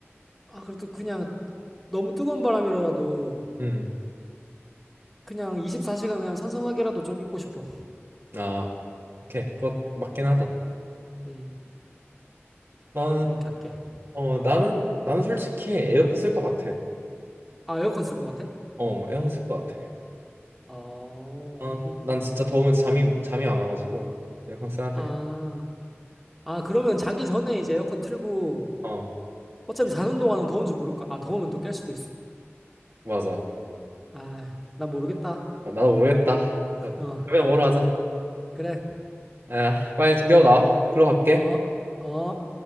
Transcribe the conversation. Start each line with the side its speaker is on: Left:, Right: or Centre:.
Centre: 아, 그래도 그냥 너무 뜨거운 바람이라도
Right: 음.
Centre: 그냥 24시간 그냥 선선하게라도 좀 있고 싶어.
Right: 아, 오케이. 그거 맞긴
Centre: 어,
Right: 하다.
Centre: 음,
Right: 나는,
Centre: 나는 그렇게 할게.
Right: 어, 나는, 나는 솔직히 에어컨 쓸 것 같아.
Centre: 아, 에어컨 쓸 것 같아?
Right: 어, 에어컨 쓸 것 같아.
Centre: 어,
Right: 아, 난 진짜 더우면 잠이 잠이 안 와가지고 에어컨 써야 돼.
Centre: 아, 아, 그러면 자기 전에 이제 에어컨 틀고
Right: 어,
Centre: 어차피 자는 동안은 더운지 모를 거야. 아, 더우면 또 깰 수도 있어.
Right: 맞아.
Centre: 아, 난 모르겠다.
Right: 나도 모르겠다.
Centre: 어,
Right: 그러면 뭐로 하자.
Centre: 그래.
Right: 야 빨리 준비하고 나와. 글로 갈게.
Centre: 어, 어.